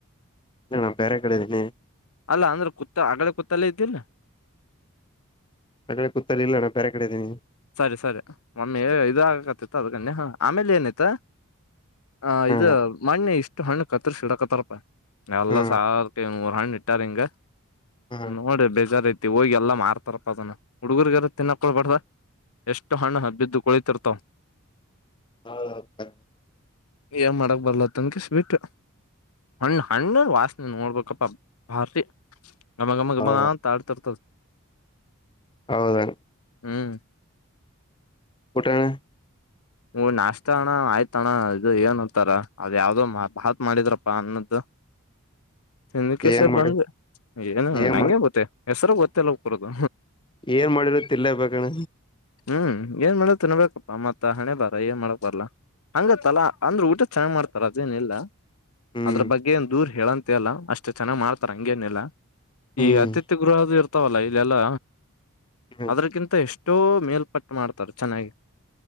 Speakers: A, on the left (about 20°); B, on the left (about 80°).
A: ನಾ ಬೇರೆ ಕಡೆ ಇದೀನಿ
B: ಅಲ್ಲ ಅಂದ್ರೆ ಕುತ್ತ ಆಗ್ಗಳೇ ಕುತ್ತಲ್ಲೇ ಇದ್ಯೇನು
A: ಆ ಕಡೆ ಕೂತಲ್ಲಿ ಇಲ್ಲ ನಾ ಬೇರೆ ಕಡೆ ಇದೀನಿ
B: ಸರಿ ಸರಿ ಒಮ್ಮೆ ಇದು ಆಗಕತಿತ್ತು ಅದಕನ್ನೆ ಹಾ ಆಮೇಲೆನಾಯ್ತು ಹ
A: ಹಾ
B: ಇದು ಮಣ್ಣೆ ಇಷ್ ಕ್ಕೆ ಹಣ್ಣು ಕತ್ತರಿಸೀಡಾಕತಾರಪ್ಪ ಎಲ್ಲ
A: ಹಾ
B: ಸಾವ್ರ್ ರೂಪಾಯಿಗ್ ಮೂರು ಹಣ್ಣು ಇಟ್ಟಾರಿಂಗ
A: ಹಾ
B: ನೋಡಿರ್ ಬೇಜಾರ್ ಆಗ್ತಿ ಹೋಗಿ ಎಲ್ಲಾ ಮಾರ್ ತರ್ಪದುನ್ನ ಹುಡುಗರಿ ಗಾರು ತಿನ್ನಕ್ಕೊಡ್ಬಾರ್ದ ಎಷ್ಟು ಹಣ್ಣು ಹ ಬ್ಬಿದ್ದು ಕುಳಿತಿರ್ತಾವ
A: ನೋಡ್ಬೇಕಾ
B: ಏನ್ ಮಾಡಕ್ ಬರ್ಲ <unintelligible> ಹಣ್ಣ ಹಣ್ಣು ವಾಸ್ನೆ ನೋಡ್ಬೇಕಪ್ಪ <unintelligible> ಗಮ ಗಮ
A: ಹೌ
B: ಗಮಾ ಅಂತ ಆಡ್ತಿರ್ತದ್
A: ಹೌದಾ
B: ಹ್ಮ್
A: ಊಟ ಅಣ
B: ಹೊ ನಾಷ್ಟ ಅಣ್ಣ ಆಯ್ತ ಅಣ್ಣ ಇದು ಏನ್ಂತಾರ ಅದ ಯಾವ್ದೋ ಮ ಭಾತ್ ಮಾಡಿದ್ರಪ್ಪ ಅನ್ನದ್ದು <unintelligible>
A: ಏನ್ ಮಾಡಿ
B: ಏನು
A: ಏನ್
B: ನಂಗೆ
A: ಮಾಡ
B: ಗೊತ್ತೇ ಹೆಸರು ಗೊತ್ತಿಲ್ಲ ಕರದು
A: ಏನ್ ಮಾಡಿರ ತಿನ್ಲೇಬೇಕಣ
B: ಹ್ಮ್ ಏನ್ ಏನ್ ಮಾಡ ತಿನ್ಬೇಕು. ಹಾ ಮತ್ತ ಹಣೆ ಬರ ಏನ್ ಮಾಡಕ್ ಬರ್ಲ ಹಂಗತ್ತಲಾ ಅಂದ್ರೆ ಊಟ ಚೆನಾಗ್ ಮಾಡ್ತಾರ ಅದೇನಿಲ್ಲ
A: ಹ್ಮ್
B: ಅದರ ಬಗ್ಗೆ ದೂರ್ ಹೇಳಂಗ್ ಲ್ಲ ಅಷ್ಟು ಚೆನ್ನಾಗ ಮಾಡ್ತಾರ ಹಂಗೇನಿಲ್ಲಾ
A: ಹ್ಮ್
B: ಈ ಅತ್ತಿತ್ತಿಗ್ ಊರದು ಇರ್ತಾವಲ್ಲ ಇಲ್ಲೆಲ್ಲಾ
A: ಹ್ಮ್
B: ಅದ್ರಕ್ಕಿಂತ ಎಷ್ಟೋ ಮೇಲ್ಪಟ್ಟು ಮಾಡ್ತಾರ ಚೆನ್ನಾಗಿ